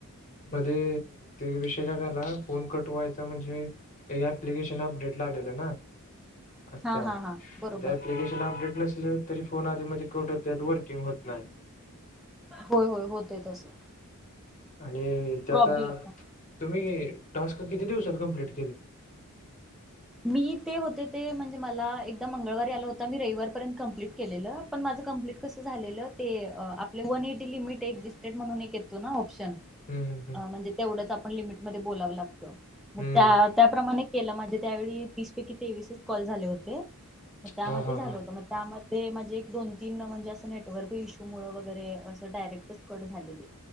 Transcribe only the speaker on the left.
मध्ये तो विषय काय झाला, फोन कट व्हायचा म्हणजे एक अप्लिकेशन अपडेट ला आलेलं ना. आता
<unintelligible>
एप्लीकेशन अपडेट नसल तरी फोन आधी मधी कट होत्यात, वर्किंग होत नाही.
आणि ते
आता, तुम्ही टास्क किती दिवसात कम्प्लीट केली?
हम्म हम्म
हम्म
हम्म
हा हा
हा